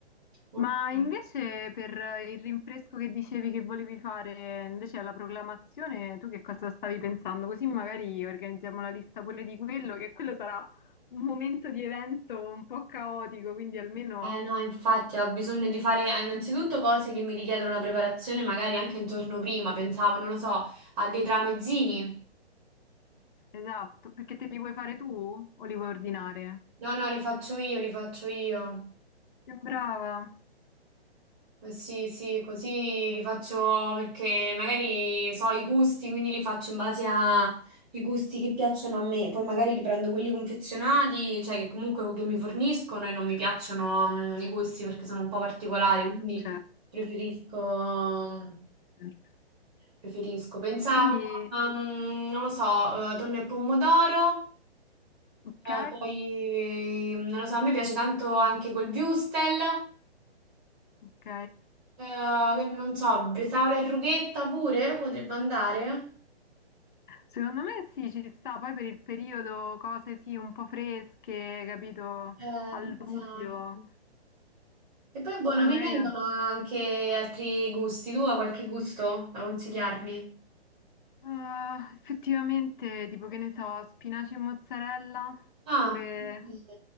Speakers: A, on the right; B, on the left.
A: ok.
B: Ma invece per il rinfresco che dicevi che volevi fare invece alla proclamazione, tu che cosa stavi pensando? Così magari organizziamo la lista pure di quello, che quello sarà un momento di evento un po' caotico, quindi almeno
A: Eh no, infatti ho bisogno di fare eh, innanzitutto cose che mi richiedono una preparazione magari anche il giorno prima, pensavo, non lo so, a dei tramezzini.
B: esatto, perché te li vuoi fare tu o li vuoi ordinare?
A: No, no, li faccio io, li faccio io.
B: Che brava!
A: Eh, Sì, sì, così li faccio perché magari so i gusti, quindi li faccio in base ai gusti che piacciono a me. Poi magari riprendo quelli confezionati, cioè che comunque che mi forniscono e non mi piacciono, mm, i gusti perché sono un po' particolari,
B: Mm,
A: quindi
B: certo,
A: preferisco...
B: certo.
A: Preferisco. Pensavo,
B: Quindi,
A: ehm, non lo so, eh, tonno e pomodoro,
B: ok,
A: eh, poi, eh, non lo so, a me piace tanto anche col würstel,
B: ok.
A: eh, che non so, bresaola e rughetta pure potrebbe andare.
B: Secondo me sì, ci sta, poi per il periodo cose sì, un po' fresche, capito,
A: Ehm,
B: a luglio,
A: esatto. E poi, boh,
B: poi
A: non mi
B: magari
A: vengono
B: non-
A: anche altri gusti. Tu hai qualche gusto da consigliarmi?
B: Ah, effettivamente, tipo che ne so, spinaci e mozzarella,
A: Ah,
B: oppure
A: ok.